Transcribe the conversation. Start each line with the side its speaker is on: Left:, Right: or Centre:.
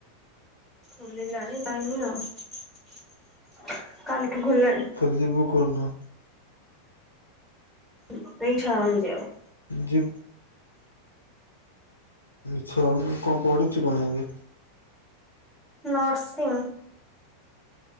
Right: ଖୋଲିଲାଣି ଯାଇନି ଆଉ କାଲିଠୁ ଖୋଲିଲାଣି
Left: ଫେରେ ଯିବୁ କୋଉଦିନ?
Right: ଏଇ ଇଚ୍ଛା ହଉନି ଯିବାକୁ
Left: ଜୀବ ଇଚ୍ଛା ହଉନି କଣ ପଢୁଚୁ କଣ ଏବେ?
Right: ନର୍ସିଂ